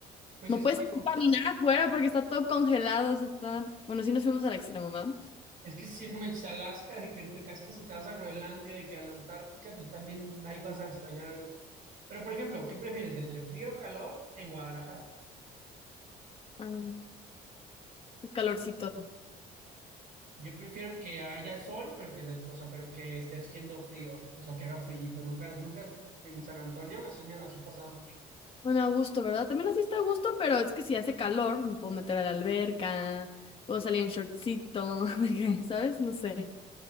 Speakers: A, on the right; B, on the left.
A: pues
B: No
A: es
B: puedes
A: que digo,
B: caminar afuera porque está todo congelado, o sea, está... Bueno, sí nos fuimos al extremo, ¿verdad?
A: es que si no me echas a Alaska, de que te cascas si te vas a Groenlandia, de que a la Antártica, pues también ahí vas a extrañar. obviamente. Pero, por ejemplo, ¿qué prefieres entre frío o calor en Guadalajara?
B: Ah, pues calorcito.
A: Yo prefiero que haya sol, pero que, o sea, pero que esté haciendo frío, o sea, que haga frillito. Nunca, nunca has vi- en San Antonio así, así pasaba mucho.
B: Bueno, a gusto, ¿verdad? También así está a gusto, pero es que si hace calor, me puedo meter a la alberca, puedo salir en shortcito, <laughs> de que, ¿sabes? No sé,